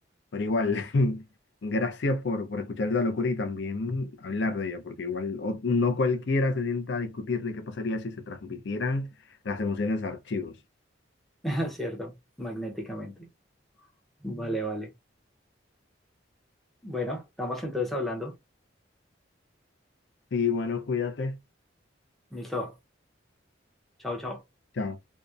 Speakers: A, on the left (about 65°); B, in the centre.
A: Pero igual, <laughs> gracias por, por escuchar esta locura y también hablar de ella, porque igual o- no cualquiera se sienta a discutir de qué pasaría si se transmitieran las emociones a archivos.
B: <laughs> ¿cierto? Magnéticamente. Vale, vale. Bueno, estamos entonces hablando.
A: Sí, bueno, cuídate.
B: Listo. Chao, chao.
A: Chao.